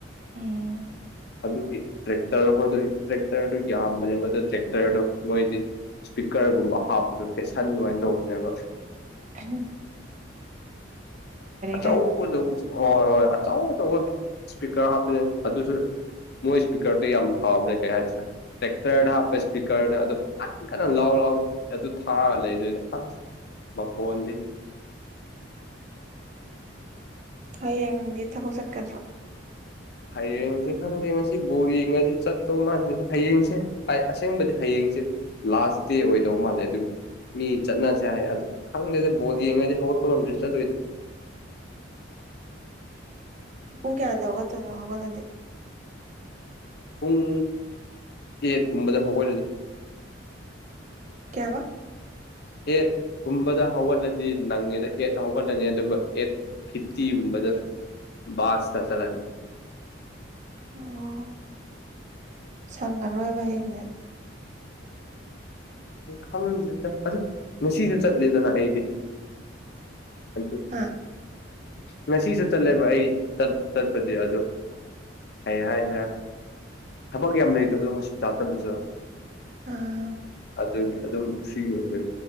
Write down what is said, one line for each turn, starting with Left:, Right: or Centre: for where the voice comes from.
Right: ꯎꯝ
Left: ꯑꯗꯨꯒꯤ ꯇ꯭ꯔꯦꯛꯇꯔ ꯈꯣꯏꯗꯣꯛꯏ ꯇ꯭ꯔꯦꯛꯇꯔꯗꯨ ꯌꯥꯝꯕꯅꯦ ꯃꯗꯨ ꯇ꯭ꯔꯦꯛꯇꯔꯗꯣ ꯃꯣꯏꯗꯤ ꯏꯁꯄꯤꯀꯔꯒꯨꯝꯕ ꯍꯥꯞꯄꯗꯣ ꯐꯦꯁꯟ ꯑꯗꯨꯃꯥꯏꯅ ꯇꯧꯕꯅꯦꯕ
Right: ꯎꯝ
Left: ꯑꯆꯧ
Right: ꯀꯥꯏꯗꯨꯅꯦ
Left: ꯑꯆꯧꯕ ꯍꯣꯏ ꯍꯣꯏ ꯑꯆꯧ ꯑꯆꯧꯕ ꯏꯁꯄꯤꯀꯔ ꯍꯥꯞꯄ ꯑꯗꯨꯁꯨ ꯃꯣꯏ ꯏꯁꯄꯤꯀꯔꯗ ꯌꯥꯝ ꯐꯥꯎꯅꯦ ꯀ ꯇꯦꯛꯇꯔ ꯍꯥꯄꯦ ꯏꯁꯄꯤꯀꯔꯅꯦ ꯑꯗꯨ ꯀ ꯂꯥꯎ ꯑꯗꯨ ꯊꯥꯔ ꯂꯩꯗꯣꯏꯅꯦ ꯑ ꯃꯈꯣꯟꯗꯤ
Right: ꯍꯌꯦꯡꯗꯤ ꯊꯕꯛ ꯆꯠꯀꯗ꯭ꯔꯣ
Left: ꯍꯌꯦꯡꯁꯦ ꯈꯪꯗꯦ ꯉꯁꯤ ꯕꯣꯔ ꯌꯦꯡꯉꯗꯤ ꯆꯠꯇꯧ ꯃꯥꯟꯗꯦꯗ ꯍꯌꯦꯡꯁꯦ ꯑꯁꯦꯡꯕꯗꯤ ꯍꯌꯦꯡꯁꯦ ꯂꯥꯁ ꯗꯦ ꯑꯣꯏꯗꯧ ꯃꯥꯜꯂꯦ ꯑꯗꯨ ꯃꯤ ꯆꯠꯅꯁꯦ ꯍꯥꯏ ꯑ ꯈꯪꯗꯦꯁꯦ ꯕꯣꯜ ꯌꯦꯡꯉꯗꯤ ꯍꯧꯒꯠꯄ ꯉꯝꯗ꯭ꯦ ꯆꯠꯗꯣꯏꯗ <unintelligible>
Right: ꯄꯨꯡ ꯀꯌꯥꯗ ꯍꯧꯒꯠꯇꯣꯏꯅꯣ ꯍꯧꯒꯠꯂꯗꯤ
Left: ꯄꯨꯡ ꯑꯦꯠ ꯀꯨꯝꯕꯗ ꯐꯒꯣꯏꯂ
Right: ꯀꯌꯥꯕ
Left: ꯑꯦꯠ ꯀꯨꯝꯕꯗ ꯍꯧꯒꯠꯂꯗꯤ ꯅꯪꯉꯦꯗ ꯑꯦꯠ ꯍꯧꯒꯠꯂꯅꯤ ꯑꯗꯨꯒ ꯑꯦꯠ ꯀꯤꯞꯇꯤꯒꯨꯝꯕꯗ ꯥꯁ ꯆꯂꯅꯤ
Right: ꯑꯣ ꯁꯪꯉꯔꯣꯏꯕ ꯍꯌꯦꯡꯅꯦ
Left: ꯈꯪꯗ꯭ꯗ ꯑꯗꯨ ꯉꯁꯤꯁꯨ ꯆꯠꯂꯦꯗꯅ ꯑꯩꯗꯤ ꯑꯗꯨ
Right: ꯍꯥ
Left: ꯉꯁꯤꯁꯨ ꯆꯠꯂꯦꯕ ꯑꯩ ꯇꯠꯄꯗꯤ ꯑꯗꯣ ꯀꯩ ꯍꯥꯏꯈ꯭ꯔꯦ ꯊꯕꯛ ꯌꯥꯝ ꯂꯩꯇꯕꯗ ꯍꯣꯁꯄꯤꯇꯥꯜꯗꯂꯁꯨ
Right: ꯑꯝ
Left: ꯑꯗꯨꯒꯤ ꯑꯗꯨꯝ ꯐ꯭ꯔꯤ ꯑꯣꯏꯖ